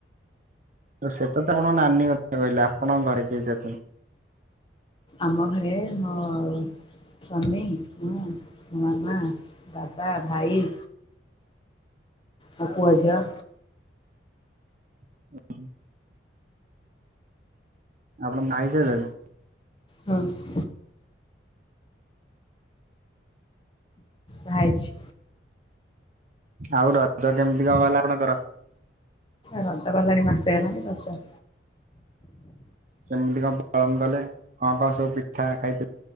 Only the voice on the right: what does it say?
ତ ସେଟା ତ ଆପଣ ନାନୀ କଥା କହିଲେ ଆପଣଙ୍କ ଘରେ କିଏ କିଏ ଅଛନ୍ତି?
<unintelligible> ଆପଣ ଭାଇ ସାରିଲାଣି।
ଆଉଟଡଛ କେମିତି କଣ ହେଲା ଆପଣଙ୍କର?
ସେମିତି କଣ ପାଳନ କଲେ କଣ କଣ ସବୁ ପିଠା ଖାଇଥିଲେ?